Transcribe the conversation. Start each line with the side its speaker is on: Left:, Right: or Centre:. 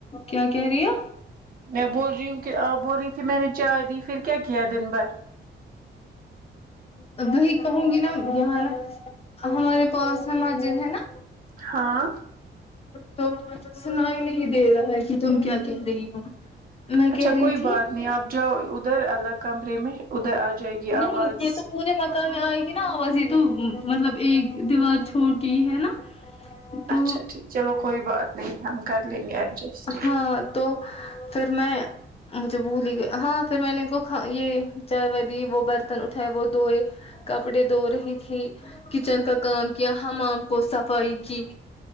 Left: کیا کہہ رہی ہے
Right: میں بول رہی ہوں کہ آپ بول رہی تھی میں نے چائے دی پھر کیا کیا دن بھر
Left: ا وہی کہوں گی نا یہ نا ہمارے پاس ن مسجد ہے نا
Right: ہاں
Left: تو سنائی نہیں دے رہا ہے کہ تم کیا کہہ رہی ہو میں
Right: اچھا
Left: کہہ رہی
Right: کوئی
Left: تھی
Right: بات نہیں آپ جاؤ ادھر الگ کمرے میں ادھر آ جائے گی
Left: نہیں
Right: آواز
Left: یہ تو پوری پورے مکان میں آئے گی نا آواز یہ تو مطلب ایک دیوار چھوڑ کے ہی ہے نا تو
Right: اچھا ٹھیک چلو کوئی بات نہیں ہم کر لیں گے ایڈجسٹ
Left: ہاں تو پھر میں مجھے بھول ہی گئی ہاں پھر میں نے ان کو کھا یہ چائے وائی وہ برتن اٹھائے وہ دوئے کپڑے دھو رہی تھی کچن کا کام کیا حمام کو صفائی کی